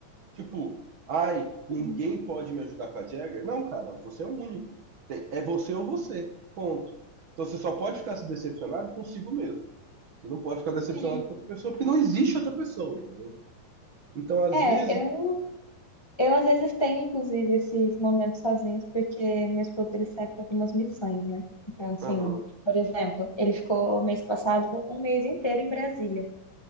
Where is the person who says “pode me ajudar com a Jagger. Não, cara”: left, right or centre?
Right